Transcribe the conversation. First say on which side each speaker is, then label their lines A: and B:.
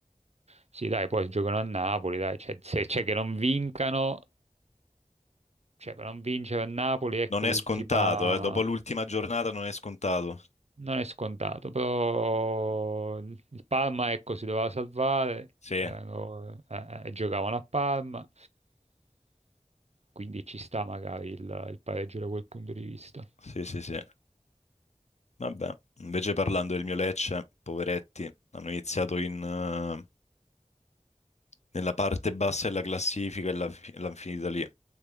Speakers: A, on the right; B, on the left.
A: Sì, dai, poi giocano a Napoli, dai, cioè, se c'è che non vincano, cioè per non vincere a Napoli, ecco
B: Non è
A: l'ultima.
B: scontato, eh, dopo l'ultima giornata non è scontato.
A: Non è scontato, però il Parma, ecco, si doveva salvare,
B: Sì,
A: erano- eh, eh, giocavano a Parma, quindi ci sta magari il, il pareggio da quel punto di vista.
B: sì, sì, sì. Vabbè, invece parlando del mio Lecce, poveretti, hanno iniziato in... eh, nella parte bassa della classifica e l'ha fi- l'hanno finita lì.